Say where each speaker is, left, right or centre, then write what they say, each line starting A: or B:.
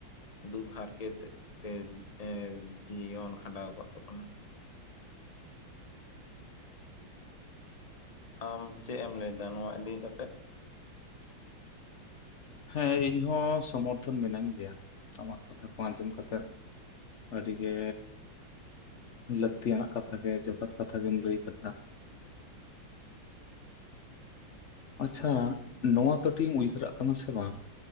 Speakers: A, on the left (about 30°); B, on the left (about 85°).
A: ᱫᱩᱠ ᱦᱟᱨᱠᱮᱛ ᱛᱮ ᱮᱸ ᱡᱤᱭᱚᱱ ᱠᱷᱟᱸᱰᱟᱣ ᱠᱚᱜ ᱛᱟᱵᱚᱱᱟ᱾ ᱟᱢ ᱪᱮᱜ ᱮᱢ ᱞᱟᱹᱭᱫᱟ ᱱᱚᱣᱟ ᱤᱫᱤ ᱠᱟᱛᱮᱜ?
B: ᱦᱮᱸ ᱤᱧ ᱦᱚᱸ ᱥᱚᱢᱚᱨᱛᱷᱚᱱ ᱢᱤᱱᱟᱹᱧ ᱜᱮᱭᱟ ᱟᱢᱟᱜ ᱠᱟᱛᱷᱟ ᱠᱚ ᱟᱸᱡᱚᱢ ᱠᱟᱛᱮᱜ᱾ ᱟᱹᱰᱤᱜᱮ ᱞᱟᱹᱠᱛᱤᱭ ᱟᱱᱟᱜ ᱠᱟᱛᱷᱟ ᱜᱮ ᱡᱚᱛᱷᱟᱛ ᱠᱟᱛᱷᱟ ᱜᱮᱢ ᱞᱟᱹᱭ ᱠᱟᱫᱟ᱾ ᱟᱪᱪᱷᱟ ᱱᱚᱣᱟ ᱠᱟᱹᱴᱤᱡ ᱮᱢ ᱩᱭᱦᱟᱹᱨᱟᱜ ᱠᱟᱱᱟ ᱥᱮ ᱵᱟᱝ